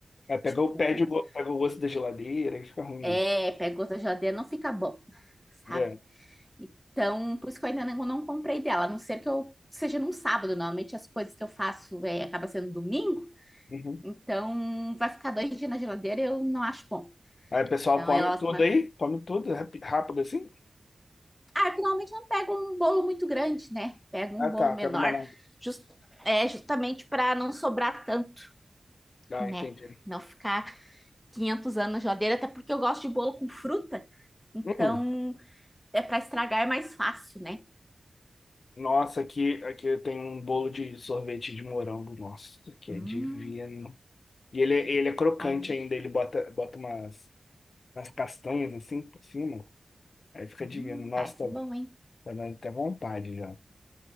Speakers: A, on the left; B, in the centre.
A: É, pega,
B: Tipo,
A: o- perde o, go- pega o gosto da geladeira e fica ruim
B: é,
A: mesmo.
B: pega outra geladeira, não fica bom,
A: É.
B: sabe? Então, por isso que eu ainda não, não comprei dela, a não ser que eu seja num sábado. Normalmente as coisas que eu faço é, acaba sendo domingo,
A: Uhum.
B: então vai ficar dois dias na geladeira, eu não acho bom.
A: Aí o pessoal
B: Então,
A: come
B: ela.
A: tudo
B: mas-
A: aí? Come tudo rapi- rápido assim?
B: Ah, eu finalmente não pego um bolo muito grande, né? Pego
A: Ah,
B: um bolo
A: tá.
B: menor,
A: Pega menor.
B: jus- é, justamente para não sobrar tanto,
A: Ah,
B: né?
A: entendi.
B: Não ficar. 500 anos na geladeira, até porque eu gosto de bolo com fruta. Então,
A: Hum.
B: é para estragar é mais fácil, né?
A: Nossa, aqui, aqui tem um bolo de sorvete de morango. Nossa, que
B: Hum,
A: é divino. E ele é, ele é crocante
B: aí eu,
A: ainda, ele bota, bota umas, umas castanhas assim por cima. Aí fica
B: hum,
A: digando, nossa,
B: parece
A: tô,
B: bom, hein?
A: tá dando até vontade já.